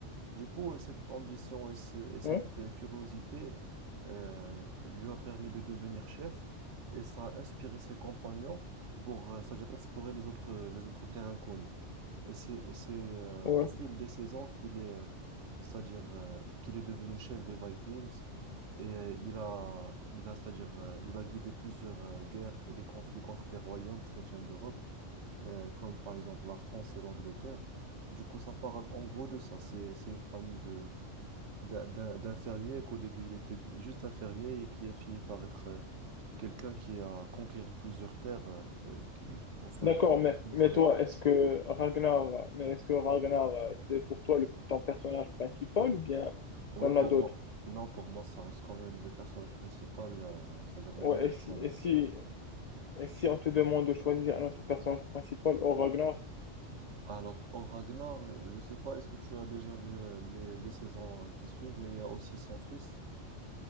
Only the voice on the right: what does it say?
Du coup, euh, cette ambition et, ce- et cette
euh, curiosité euh, lui a permis de devenir chef et ça a inspiré ses compagnons pour, euh, c'est-à-dire explorer les autres, euh, les autres terres inconnues. Et c'est et c'est, euh,
au fil des saisons qu'il est, euh, c'est-à-dire euh, qu'il est devenu chef des Vikings et euh, il a, il a, c'est-à-dire euh, il a guidé plusieurs euh, guerres et des conflits contre des royaumes chrétiens d'Europe euh, comme par exemple la France et l'Angleterre. Du coup, ça parle en gros de ça. C'est, c'est une famille de, d'un- d'un- d'infirmiers qu'au début, il était juste infirmier et qui a fini par être euh, quelqu'un qui a conquéri plusieurs terres, euh, euh, qui- enfin,
qu'il
ne
savait
pas.
Oui,
pour
moi, non, pour moi, ça reste quand même le personnage principal, euh, c'est-à-dire le
meilleur
pour moi.
Alors, au Ragnar, je ne sais pas, est-ce que tu as déjà vu euh, les, les saisons euh, qui suivent, mais il y a aussi son fils.